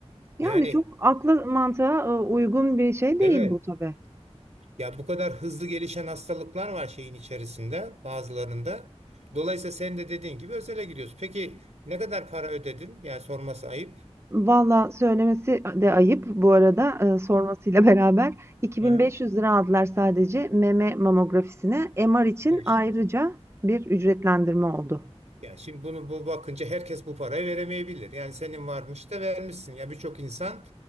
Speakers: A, on the right; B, on the right.
A: Yani,
B: Yani
A: çok akla mantığa, ııı, uygun bir şey değil
B: Evet.
A: bu tabii.
B: Ya bu kadar hızlı gelişen hastalıklar var şeyin içerisinde bazılarında. Dolayısıyla sen de dediğin gibi özele gidiyorsun. Peki ne kadar para ödedin? Yani sorması ayıp.
A: Valla söylemesi de ayıp bu arada, eee, sormasıyla <laughs> beraber iki
B: Hı
A: bin
B: hı.
A: beş yüz lira aldılar sadece meme mamografisine. MR için
B: Geçti.
A: ayrıca bir ücretlendirme oldu.
B: Yani şimdi bunu bu bakınca herkes bu parayı veremeyebilir. Yani senin varmış da vermişsin. Ya birçok insan